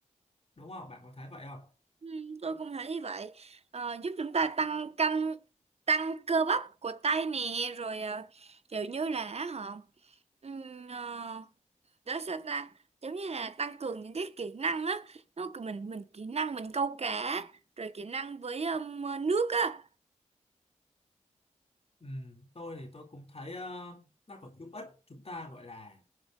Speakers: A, on the left; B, on the right.
A: đúng không bạn có thấy vậy không
B: Ừ, tôi cũng thấy như vậy Ờ, giúp chúng ta tăng canh tăng cơ bắp của tay nè rồi ờ, kiểu như là họ ừm, ờ, đó sao ta giống như là tăng cường những cái kỹ năng á nó cứ mình mình kỹ năng mình câu cá rồi kỹ năng với ừm, nước á
A: ừ, tôi thì tôi cũng thấy ờ, nó còn giúp ích chúng ta gọi là